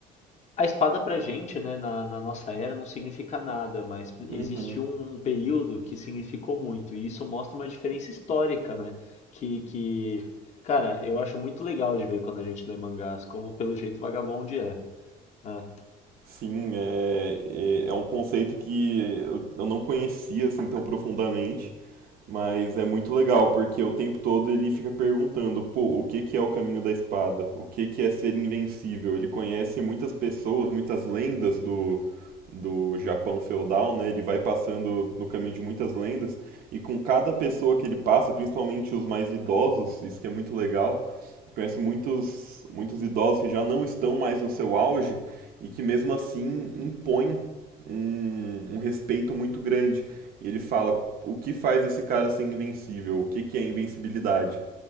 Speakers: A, on the left (about 45°); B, on the right (about 60°).
A: a espada pra gente, né, na, na nossa era, não significa nada, mas
B: uhum.
A: existiu um, um período que significou muito, e isso mostra uma diferença histórica, né? Que, que, cara, eu acho muito legal de ver quando a gente lê mangás, como pelo jeito Vagabond é, né?
B: Sim, é, é, é um conceito que eu eu não conhecia assim tão profundamente. Mas é muito legal, porque o tempo todo ele fica perguntando, pô, o que que é o caminho da espada? O que que é ser invencível? Ele conhece muitas pessoas, muitas lendas do, do Japão feudal, né? Ele vai passando no caminho de muitas lendas, e com cada pessoa que ele passa, principalmente os mais idosos, isso que é muito legal, ele conhece muitos, muitos idosos que já não estão mais no seu auge, e que mesmo assim impõem um, um respeito muito grande. E ele fala, o que faz esse cara ser invencível, o que, que é invencibilidade.